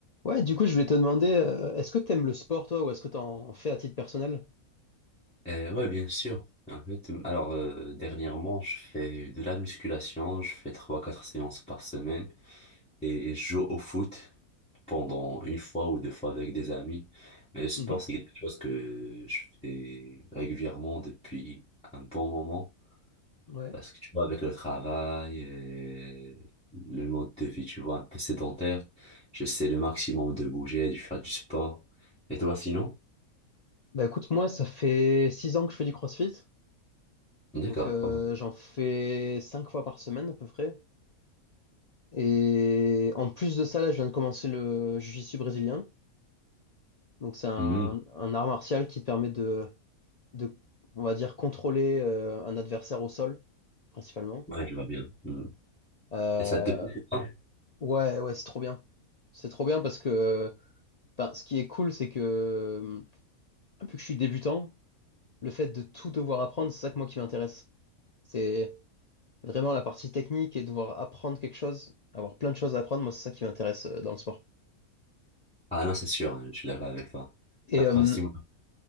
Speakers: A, on the left (about 55°); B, in the centre.
A: Ouais, du coup, je voulais te demander, euh, est-ce que t'aimes le sport, toi, ou est-ce que t'en fais à titre personnel?
B: Euh, ouais, bien sûr. En fait, alors euh, dernièrement, je fais de la musculation, je fais trois quatre séances par semaine et je joue au foot pendant une fois ou deux fois avec des amis. Mais le sport,
A: Mhm.
B: c'est quelque chose que je fais régulièrement depuis un bon moment
A: Ouais.
B: parce que tu vois, avec le travail, et le mode de vie, tu vois, un peu sédentaire, j'essaie le maximum de bouger, de faire du sport. Et toi, sinon?
A: Bah écoute, moi, ça fait six ans que je fais du CrossFit,
B: D'accord.
A: donc euh,
B: pas mal.
A: j'en fais cinq fois par semaine à peu près. Et en plus de ça, là, je viens de commencer le jiu-jitsu brésilien, donc c'est un,
B: Mhm.
A: un art martial qui te permet de, de, on va dire, contrôler euh, un adversaire au sol, principalement.
B: Ouais, je vois bien. Mhm.
A: Euh,
B: Et ça te plaît? ça
A: ouais, ouais, c'est trop bien. C'est trop bien parce que, ben, ce qui est cool, c'est que Vu que je suis débutant, le fait de tout devoir apprendre, c'est ça que moi qui m'intéresse. C'est vraiment la partie technique et devoir apprendre quelque chose, avoir plein de choses à apprendre, moi c'est ça qui m'intéresse euh, dans le sport.
B: Ah non, c'est sûr, je suis d'accord avec toi.
A: Et
B: Après
A: euh,
B: aussi, moi